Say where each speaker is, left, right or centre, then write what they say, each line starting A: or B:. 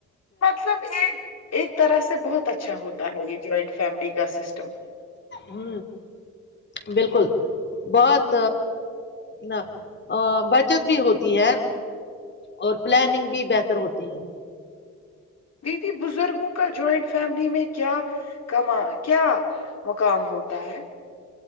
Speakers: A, on the left; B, on the left.
A: مطلب ایک ایک طرح سے بہت اچھا ہوتا ہے یہ جوائنٹ فیملی کا سسٹم
B: ہ بالکل بہت ن بچت بھی ہوتی ہے اور پلاننگ بھی بہتر ہوتی ہے
A: دیدی بزرگوں کا جوائنٹ فیملی میں کیا کما کیا مقام ہوتا ہے